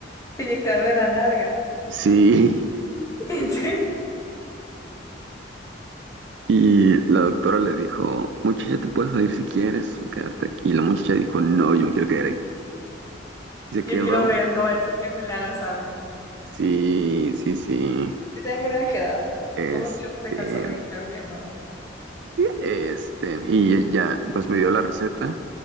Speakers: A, on the left (about 15°); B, on the right (about 65°).
A: Te inyectaron en la nalga.
B: Sí.
A: <laughs> ¿En serio?
B: Y la doctora le dijo, muchacha, te puedes salir si quieres o quedarte aquí. La muchacha dijo, no, yo me quiero quedar aquí. Y se
A: Yo
B: quedó.
A: quiero ver, no vaya a ser que me le hagas algo.
B: Sí, sí, sí.
A: Yo también me hubiera quedado.
B: Este,
A: ¿Cómo te iba a dejar solo ahí? Claro que no.
B: este, y ya, pues me dio la receta.